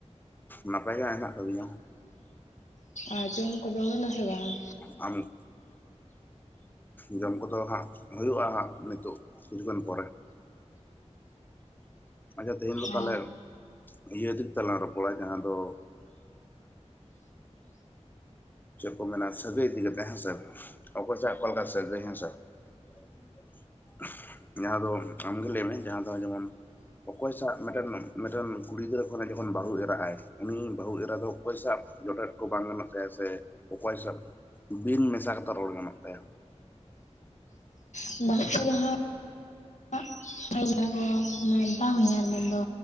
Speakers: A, on the left (about 15°); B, on the left (about 85°).
A: ᱱᱟᱯᱟᱭ ᱜᱮ ᱦᱮᱱᱟᱜ ᱠᱟᱹᱫᱤᱧᱟ
B: ᱟᱨ ᱡᱚᱢ ᱠᱚᱫᱚ ᱦᱩᱭᱱᱟ ᱥᱮ ᱵᱟᱝ
A: ᱟᱢ ᱡᱚᱢ ᱠᱚᱫᱚ ᱦᱟᱸᱜ ᱦᱩᱭᱩᱜᱼᱟ ᱦᱟᱸᱜ ᱱᱤᱛᱳᱜ ᱠᱤᱪᱷᱩᱜᱟᱱ ᱯᱚᱨᱮ ᱟᱪᱪᱷᱟ ᱛᱮᱦᱮᱧ ᱫᱚ
B: ᱚ
A: ᱛᱟᱦᱞᱮ ᱤᱭᱟᱹ ᱫᱟᱞᱟᱝ ᱨᱚᱯᱚᱲᱟ ᱡᱟᱦᱟᱸ ᱫᱚ ᱪᱮᱫ ᱠᱚ ᱢᱮᱱᱟ ᱥᱟᱹᱜᱟᱭ ᱤᱫᱤ ᱠᱟᱛᱮ ᱦᱮᱸᱥᱮ ᱚᱠᱚᱭ ᱥᱟᱜ ᱚᱠᱟ ᱞᱮᱠᱟ ᱥᱟᱹᱜᱟᱭ ᱦᱮᱸ ᱥᱮ <inaudible> ᱡᱟᱦᱟᱸ ᱫᱚ ᱟᱢᱜᱮ ᱞᱟᱹᱭ ᱢᱮ ᱡᱟᱦᱟᱸ ᱫᱚ ᱡᱮᱢᱚᱱ ᱚᱠᱚᱭᱥᱟᱜ ᱢᱤᱫᱴᱮᱱ ᱢᱤᱫᱴᱮᱱ ᱠᱩᱲᱤ ᱜᱤᱫᱽᱨᱟᱹ ᱠᱷᱚᱱᱟᱜ ᱡᱚᱠᱷᱚᱱ ᱵᱟᱹᱦᱩ ᱮᱨᱟᱜ ᱟᱭ ᱩᱱᱤ ᱵᱟᱹᱦᱩ ᱮᱨᱟ ᱫᱚ ᱚᱠᱚᱭ ᱥᱟᱜ ᱡᱚᱴᱮᱛ ᱠᱚ ᱵᱟᱝ ᱜᱟᱱᱚᱜ ᱛᱟᱭᱟ ᱥᱮ ᱚᱠᱚᱭ ᱥᱟᱶ ᱵᱤᱱ ᱢᱮᱥᱟ ᱠᱟᱛᱮ ᱨᱚᱲ ᱜᱟᱱᱚᱜ ᱛᱟᱭᱟ᱾
B: ᱦᱸ <unintelligible> ᱵᱟᱦᱩᱜ ᱠᱚᱫᱚ ᱦᱟᱸ <unintelligible> ᱠᱚ ᱵᱟᱦᱚᱸᱧᱦᱟᱨ ᱢᱮᱱᱫᱚ